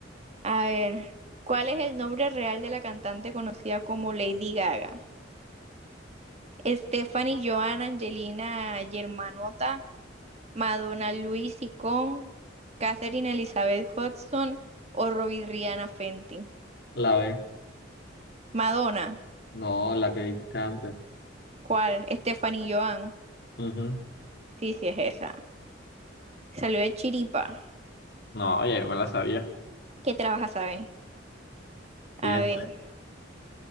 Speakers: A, on the right; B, on the left.
A: A ver. ¿Cuál es el nombre real de la cantante conocida como Lady Gaga? Stephanie, Joan, Angelina, Germanota, Madonna, Luis Sicón, Catherine Elizabeth Hudson o Robbie Rihanna Fenty.
B: La B.
A: Madonna,
B: No, la que dijiste antes.
A: ¿cuál? Stephanie Joan.
B: Ujú.
A: Sí, sí es esa. Salió de Chiripa.
B: No, oye, yo me la sabía.
A: ¿Qué trabaja, saben?
B: Siguiente.
A: A ver,